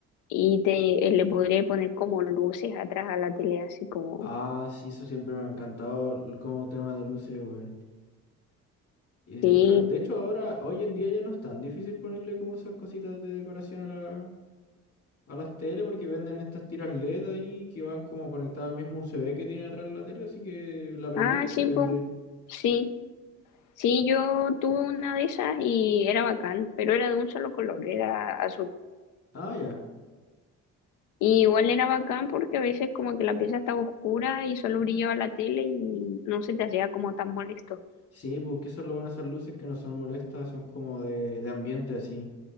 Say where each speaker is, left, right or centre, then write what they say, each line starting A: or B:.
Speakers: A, on the left; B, on the left.
A: Y te, eh, le podría poner como luces atrás a la tele, así como,
B: Ah, sí, eso siempre me ha encantado el- como tema de luces, weón. Y
A: sí,
B: de hecho, de hecho ahora, hoy en día ya no es tan difícil ponerle como esas cositas de decoración a la, a las tele porque venden estas tiras LED ahí que van como conectadas al mismo USB que tiene atrás la tele, así que la prendí
A: ah,
B: y
A: sí,
B: se prende.
A: pues, sí, sí, yo tuve una de esas y era bacán, pero era de un solo color, era azul.
B: Ah, ya.
A: Y igual era bacán porque a veces como que la pieza estaba oscura y solo brillaba la tele y no se te hacía como tan molesto.
B: Sí, porque eso es lo bueno de esas luces que no son molestas, son como de, de ambiente así.